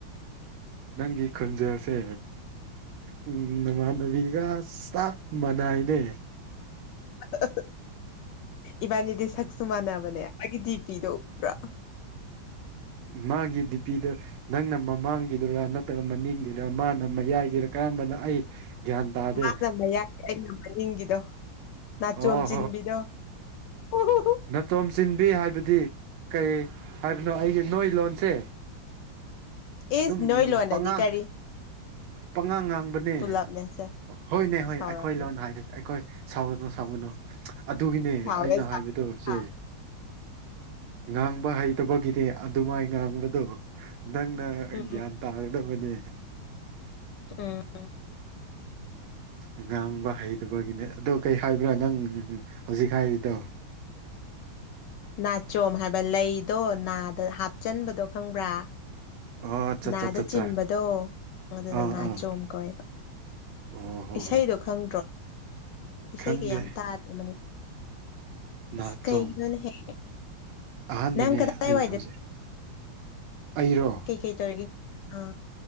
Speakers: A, on the right (about 85°); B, on the left (about 75°).
A: ꯅꯪꯒꯤ ꯈꫭꯟꯖꯦꯜꯁꯦ ꯎꯝ ꯅꯃꯥꯟꯅꯕꯤꯒ ꯆꯞ ꯃꯅꯥꯏꯅꯦ
B: <unintelligible> ꯏꯕꯥꯟꯅꯤꯗꯤ ꯁꯛꯁꯨ ꯃꯥꯟꯅꯕꯅꯦ ꯃꯥꯒꯤ ꯗꯤ ꯄꯤꯗꫭ ꯎꯗ꯭ꯔꫭ
A: ꯃꯥꯒꯤ ꯗꯤꯄꯤꯗꫭ ꯅꯪꯅ ꯃꯃꯥꯡꯒꯤꯗꯨꯔ ꯅꯠꯇ꯭ꯔꯒ ꯃꯅꯤꯡꯒꯤꯔ ꯃꯥꯅ ꯃꯌꯥꯏꯒꯤꯔ ꯀꯔꯝꯕꯅꯣ ꯑꯩ ꯒ꯭ꯌꯥꯟ ꯇꯥꯗꯦ
B: ꯃꯥꯅ ꯃꯌꯥꯏ ꯑꯩꯅ ꯃꯅꯤꯡꯒꯤꯗꯣ ꯅꯥꯆꯣꯝ
A: ꯑꯣ
B: ꯆꯤꯟꯕꯤꯗꯣ ꯎꯍꯨꯍꯨ
A: ꯅꯥꯆꯣꯝ ꯆꯤꯟꯕꯤ ꯍꯥꯏꯕꯗꯤ ꯀꯩ ꯍꯥꯏꯕꯅꯣ ꯑꯩꯒꯤ ꯅꯣꯏ ꯂꯣꯟꯁꯦ
B: ꯏꯁ
A: ꯑꯗꯨꯝ
B: ꯅꯣꯏ ꯂꯣꯟꯅꯗꯤ
A: ꯄꯉꯥꯡ
B: ꯀꯔꯤ
A: ꯄꯉꯥꯡ ꯉꯥꯡꯕꯅꯦ
B: ꯄꯨꯂꯞꯅꯦꯁꯦ
A: ꯍꯣꯏꯅꯦ ꯍꯣꯏ
B: ꯁꯥꯎꯔꯛꯀꯅꯤ
A: ꯑꯩꯈꯣꯏ ꯂꯣꯟ <unintelligible> ꯁꯥꯎꯒꯅꯣ ꯁꯥꯎꯒꯅꯣ ꯑꯗꯨꯒꯤꯅꯦ
B: ꯁꯥꯎꯋꯦ
A: ꯑꯩꯅ
B: ꯁꯥꯎꯋꯦ
A: ꯍꯥꯏꯕ ꯆꯦ
B: ꯁꯥꯎ
A: ꯉꯥꯡꯕ ꯍꯩꯇꯕꯒꯤꯅꯤ ꯑꯗꯨꯝꯃꯥꯏ ꯉꯥꯡꯕꯗꯨ ꯅꯪꯅ
B: ꯎꯝ
A: ꯒ꯭ꯌꯥꯟ ꯇꯥꯒꯗꯕꯅꯦ
B: ꯎꯝ
A: ꯉꯥꯡꯕ ꯍꯩꯇꯕꯒꯤꯅꯦ ꯑꯗꯣ ꯀꯩ ꯍꯥꯏꯕ꯭ꯔ ꯅꯪ ꯍꯧꯖꯤꯛ ꯍꯥꯏꯔꯤꯗꯣ
B: ꯅꯥꯆꯣꯝ ꯍꯥꯏꯕ ꯂꯩꯗꯣ ꯅꯥꯗ ꯍꯥꯞꯆꯟꯕꯗꯣ ꯈꯪꯕ꯭ꯔ
A: ꯑꯣ ꯆꯠ
B: ꯅꯥꯗ
A: ꯆꯠ ꯆꯠ
B: ꯆꯤꯟꯕꯗꯣ
A: ꯆꯥ
B: ꯑꯗꯨꯗꯣ
A: ꯑꯥ
B: ꯅꯥꯆꯣꯝ
A: ꯑꯥ
B: ꯀꯧꯋꯦꯕ
A: ꯑꯣ ꯍꯣ
B: ꯏꯁꯩꯗꯣ
A: ꯍꯣꯏ
B: ꯈꯪꯗ꯭ꯔꯣ ꯏꯁꯩꯒ
A: ꯈꯪꯗꯦ
B: ꯌꯥꯝ ꯇꯥꯗ꯭ꯔꫭ ꯃꯅꯤ
A: ꯅꯥꯆꯣꯝ
B: ꯑꯁ ꯀꯩꯒꯤꯅꯣꯅꯦꯍꯦ
A: ꯑꯍꯥꯟꯕꯅꯦ
B: ꯅꯪ ꯀꯗꯥꯏꯋꯥꯏꯗ
A: ꯑꯩ ꯍꯧꯖꯤꯛ ꯑꯩꯔꯣ
B: ꯀꯩ ꯀꯩ ꯇꯧꯔꯤꯒꯦ ꯑ